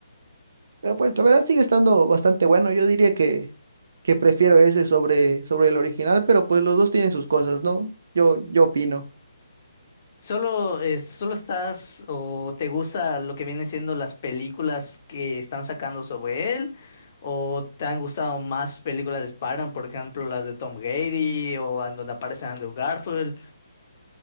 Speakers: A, on the right; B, on the left.
A: Pero pues la verdad sigue estando bastante bueno. Yo diría que, que prefiero ese sobre, sobre el original, pero pues los dos tienen sus cosas, ¿no? Yo, yo opino.
B: Solo, eh, solo estás o te gusta lo que vienen siendo las películas que están sacando sobre él, o te han gustado más películas de Spider-Man, por ejemplo, las de Tom Grady o en donde aparece Andrew Garfield.